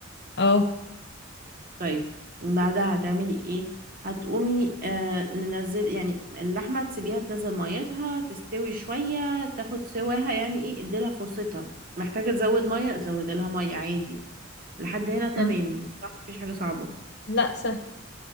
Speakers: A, on the left (about 60°); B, on the right (about 45°).
A: اه
B: طيب بعدها هتعملي ايه هتقومي آه منزل يعني اللحمه تسيبيها تنزل ميتها تستوي شويه تاخد سواها يعني ايه اديلها فرصتها محتاجه تزود ميه زودي لها ميه عادي لحد هنا تمام
A: مم.
B: صح مفيش حاجه صعبه
A: لا سهل